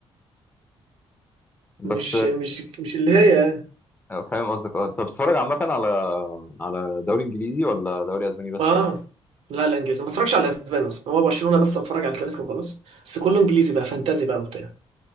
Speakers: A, on the left; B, on the right.
A: بس
B: مش مش مش اللي هي يعني.
A: آه، فاهم قصدك اه انت بتتفرج عامه على على دوري انجليزي ولا دوري اسباني بس
B: اه لا لا انجليزي ما بتفرجش على الاسبان اصلا هو برشلونه بس اتفرج على الكلاسيكو وخلاص بس كله انجليزي بقى فانتازي بقى وبتاع